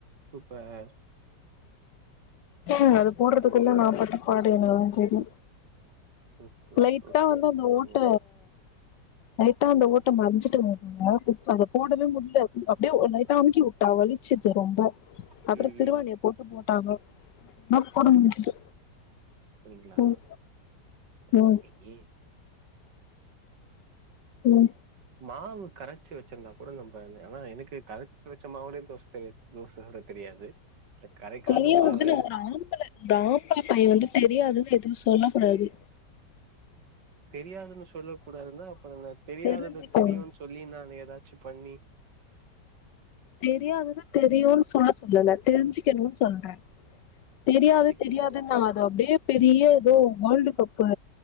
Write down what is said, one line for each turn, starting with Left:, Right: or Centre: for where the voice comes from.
Right: சூப்பர்
Left: போங்க
Right: அப்புறம்
Left: அது போட்றதுக்குள்ள நா பட்ட பாடு எனக்குதா தெரியு
Right: ம், ம்,
Left: லைட்டா
Right: ம்,
Left: வந்து
Right: ம்.
Left: அந்த ஓட்ட
Right: ம்
Left: லைட்டா அந்த ஓட்ட மறைஞ்சிட்டு <inaudible> இப்ப அத போடவே முடில அப்டியே லைட்டா அமுக்கிவுட்டா வலி ச்சுது ரொம்போ
Right: ம்.
Left: அப்றோ திருவாணிய போட்டு போட்டாங்க னா போட முடிஞ்சுது
Right: போனிங்ளா
Left: ம்
Right: அ
Left: ம்
Right: அன்னிக்கி
Left: ம்
Right: மாவு கரைச்சி வச்சிந்தா கூட நம்ப ஆனால எனக்கு கரைச்சி வச்ச மாவுலே தோச தெ தோச சுட தெரியாது இல்ல கரைக்காத
Left: தெரியாதுனு
Right: மாவு வேற
Left: ஒரு ஆம்பள டாக்டர் பைய வந்து தெரியாதுனு எதுவு ஸ் சொல்ல கூடாது
Right: தெரியாதுனு சொல்ல கூடாதுனா அப்றோ நா தெரியாதத
Left: தெரிஞ்சுக்கோங்க
Right: தெரியூன் சொல்லி நா அத எதாச்சு பண்ணி
Left: தெரியாதத தெரியூன் சொல்ல சொல்லல தெரிஞ்சுக்கணூன் சொல்ற தெரியாது
Right: தெரிஞ்சுக்கணு
Left: தெரியாதுன்னா அது அப்டியே பெரிய எதோ வேல்டு கப்பு